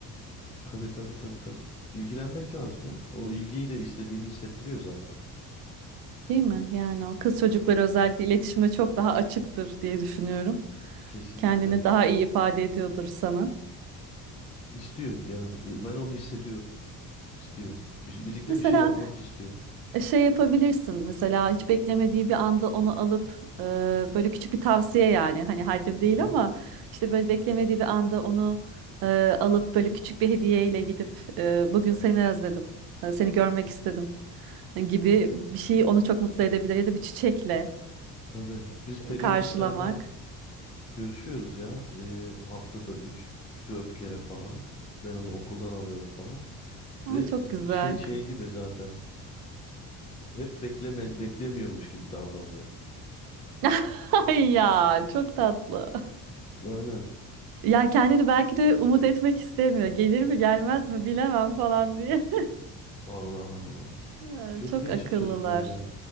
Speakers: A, on the left (about 20°); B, on the right (about 70°).
A: Tabii tabii tabii tabii. İlgilenmek lazım ya. O ilgiyi de istediğini hissettiriyor zaten.
B: Değil mi? Yani o kız çocukları özellikle iletişime çok daha açıktır diye düşünüyorum.
A: Kesinlikle.
B: Kendini daha iyi ifade ediyordur sana.
A: İstiyor yani. E, Ben onu hissediyorum. İstiyor. Bir- birlikte
B: Mesela
A: bir şey yapmak istiyor.
B: E, Şey yapabilirsin mesela hiç beklemediği bir anda onu alıp e, böyle küçük bir tavsiye yani hani haddim değil
A: Hı hı.
B: ama işte böyle beklemediği bir anda onu e, alıp böyle küçük bir hediyeyle gidip e, bugün seni özledim e, seni görmek istedim gibi bir şey onu çok mutlu edebilir ya da bir çiçekle
A: Tabii. Biz periyodik
B: e, karşılamak
A: zaten görüşüyoruz ya. Ee, haftada üç dört kere falan. Ben onu okuldan alıyorum falan.
B: ama
A: Ve
B: çok güzel.
A: şey şey gibi zaten. Hep bekleme beklemiyormuş gibi davranıyor.
B: <laughs> Ay ya çok tatlı.
A: Aynen.
B: Ya kendini belki de umut etmek istemiyor. Gelir mi gelmez mi bilemem falan diye.
A: Allah Allah.
B: Ha,
A: Çok
B: Çok
A: değişik
B: akıllılar.
A: çocuklar ya.